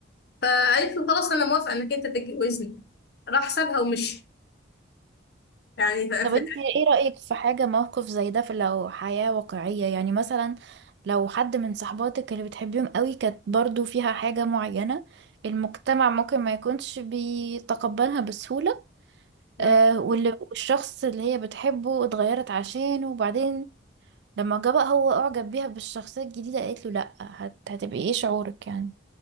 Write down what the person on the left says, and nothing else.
فقالت له خلاص انا موافقة انك انت تتجوزني راح سابها ومشي يعني
في
مم.